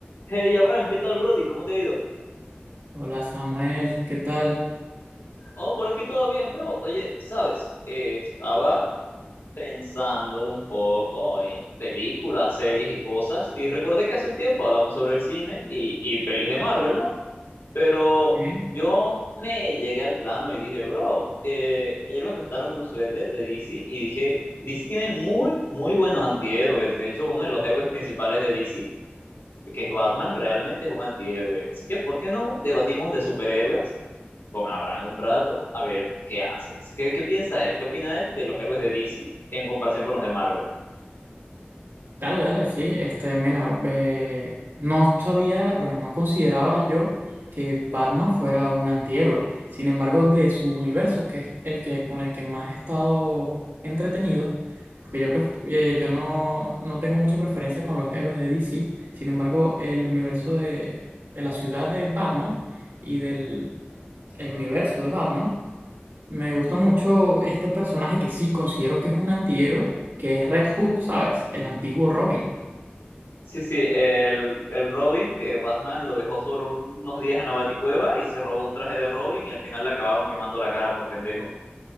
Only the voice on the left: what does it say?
Hey, Abraham, ¿qué tal, Brody? ¿Cómo te ha ido?
Oh, por aquí todo bien, bro. Oye, ¿sabes? Eh, estaba pensando un poco en películas, series y cosas, y recordé que hace un tiempo hablamos sobre el cine y, y pelis de Marvel, ¿no? Pero
yo me llegué al plano y dije, bro, eh, ayer me prestaron un suéter de DC y dije, DC tiene muy, muy buenos antihéroes. De hecho, uno de los héroes principales de DC que Batman realmente es un antihéroe. Así que, ¿por qué no debatimos de superhéroes con Abraham un rato a ver qué hace? así que qué piensa él? ¿Qué opina él de los héroes de DC en comparación con los de Marvel?
Sí, sí, el, el Robin que Batman lo dejó solo unos días en la Baticueva y se robó un traje de Robin y al final le acabaron quemando la cara por pendejo.